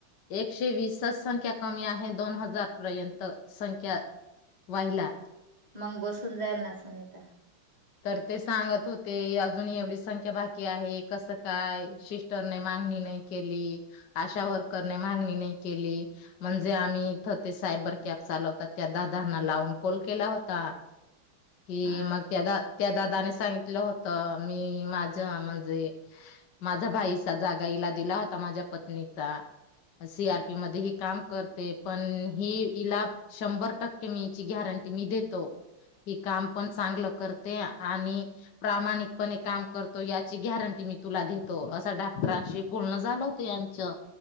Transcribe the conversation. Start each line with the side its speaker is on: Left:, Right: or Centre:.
Left: एकशे वीसच संख्या कमी आहे दोन हजार पर्यंत संख्या वाहिल्या
Right: मग बसून जाईल ना सुनीता
Left: तर ते सांगत होते अजून एवढी संख्या बाकी आहे कसं काय शिस्टरने मागणी नाही केली आशा वर्करने मागणी नाही केली म्हणजे आम्ही इथं ते सायबर कॅब चालवता त्या दादना लावून कॉल केला होता ह
Right: हा
Left: मग त्यादा त्या दादाने सांगितलं होत मी माझ म्हणजे माझा भाईचा जागा इला दिला होता माझ्या पत्नीचा सी आरपी मध्ये ही काम करते पण ही इला शंभर टक्के मीची गॅरंटी मी देतो ही काम पण चांगलं करते ते आणि प्रामाणिकपणे काम करतो याची गॅरंटी मी तुला देतो असं डाक्टरांशी बोलण झाल होत यांचं